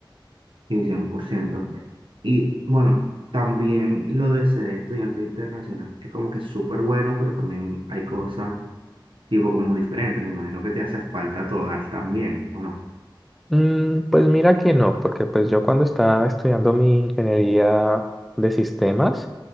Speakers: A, on the right; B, in the centre.
A: y cien por ciento Y bueno, también lo de ser estudiante internacional, que como que es súper bueno, pero también hay cosas tipo como diferentes, me imagino que te hace falta tu hogar también, ¿o no?
B: Mm, pues mira que no, porque pues yo cuando estaba estudiando mi ingeniería de sistemas,